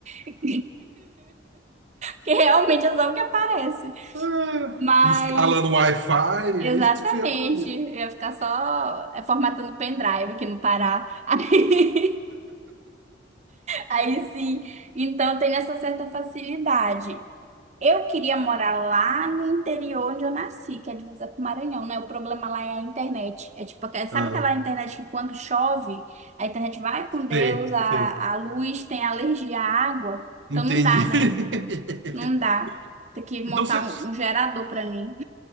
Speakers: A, on the right (about 40°); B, on the right (about 70°).
A: <laughs> que realmente é só o que aparece.
B: Ah,
A: Mas
B: instalando Wi-Fi,
A: Exatamente.
B: é isso que você ia fazer.
A: Eu ia ficar só é, formatando pendrive aqui no Pará. <laughs> Aí, aí sim. Então tem essa certa facilidade. Eu queria morar lá no interior onde eu nasci, que é a divisa com o Maranhão, né? O problema lá é a internet. É tipo, aquela- sabe
B: Ah,
A: aquela internet que quando chove, a internet vai com Deus,
B: sei,
A: a,
B: sei.
A: a luz tem alergia à água.
B: Entendi.
A: Então não dá, né?
B: <laughs>
A: Não dá. Tem que montar
B: Então você,
A: um, um gerador pra mim.